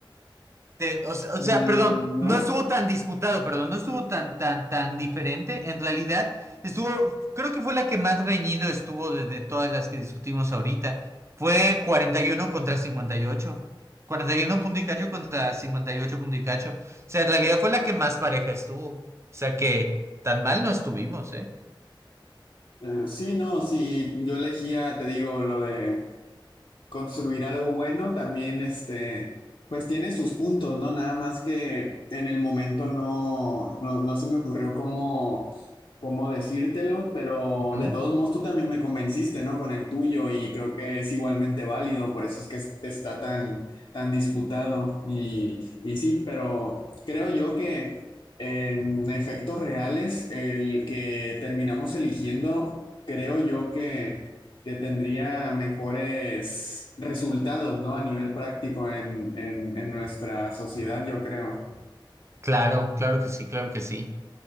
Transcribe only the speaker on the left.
Mm,
no.
Eh, Sí, no, sí, yo elegía, te digo, lo de construir algo bueno también, este, pues tiene sus puntos, ¿no? Nada más que en el momento no, no, no se me ocurrió cómo, cómo decírtelo, pero
de todos modos tú también me convenciste, ¿no? Con el tuyo y creo que es igualmente válido, por eso es que es- está tan, tan disputado y, y sí, pero creo yo que en efectos reales el que terminamos eligiendo, creo yo que que tendría mejores resultados, ¿no? A nivel práctico en, en, en nuestra sociedad, yo creo.